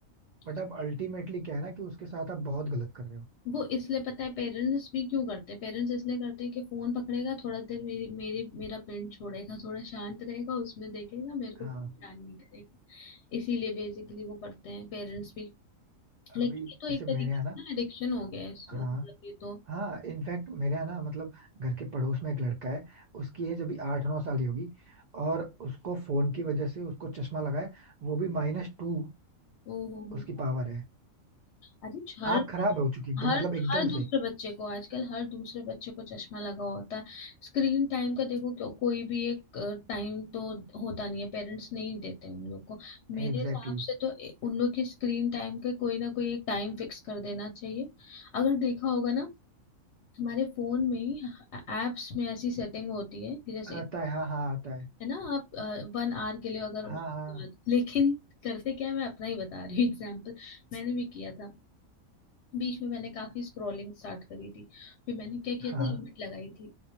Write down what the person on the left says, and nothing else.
है
वो इसलिए पता है पेरेंट्स भी क्यों करते हैं पेरेंट्स इसलिए करते हैं कि फोन पकड़ेगा थोड़ा देर मेरी मेरी मेरा पिंड छोड़ेगा थोड़ा शांत रहेगा उसमें देखेगा मेरे को
परेशान नहीं करेगा इसीलिए बेसिकली वो करते हैं पेरेंट्स भी लेकिन
ये तो
एक तरीके
से
ना एडिक्शन हो गया है इस-
मतलब ये तो
ओ हो
हो
अरे हर
हर
हर दूसरे
बच्चे को आजकल हर दूसरे बच्चे को चश्मा लगा होता है स्क्रीन टाइम का देखो क्यों कोई भी एक टाइम तो होता नहीं है पेरेंट्स नहीं देते उन लोग को मेरे
हिसाब
से तो ए- उन लोग की स्क्रीन टाइम का कोई ना कोई एक टाइम फिक्स कर देना चाहिए अगर देखा होगा ना हमारे फोन में ही एप्स में ऐसी सेटिंग होती है कि जैसे
है ना आप वन आवर के लिए अगर
उस
लेकिन करते क्या है, मैं अपना ही बता रही हूँ एग्जाम्पल मैंने भी किया था बीच में मैंने काफी स्क्रॉलिंग स्टार्ट करी थी फिर मैंने क्या किया
था लिमिट लगाई थी